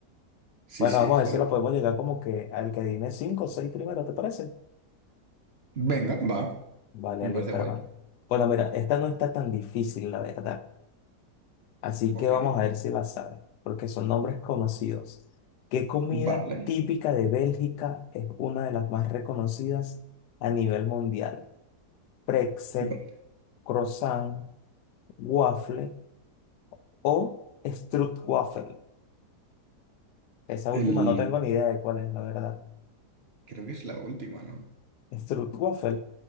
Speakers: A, on the right; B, on the left.
A: Sí,
B: Bueno,
A: sí,
B: vamos
A: joder.
B: a ver si lo podemos llegar como que al que dime 5 o 6 primero, ¿te parece?
A: Venga, va.
B: Vale,
A: Me
B: listo,
A: parece guay.
B: hermano. Bueno, mira, esta no está tan difícil, la verdad. Así
A: Ok,
B: que vamos a ver si la sabes, porque son nombres conocidos. ¿Qué comida
A: vale,
B: típica de Bélgica es una de las más reconocidas a nivel mundial? Pretzel,
A: vale.
B: croissant, waffle o stroopwafel. Esa
A: El...
B: última no tengo ni idea de cuál es, la verdad.
A: Creo que es la última, ¿no?
B: Stroopwafel,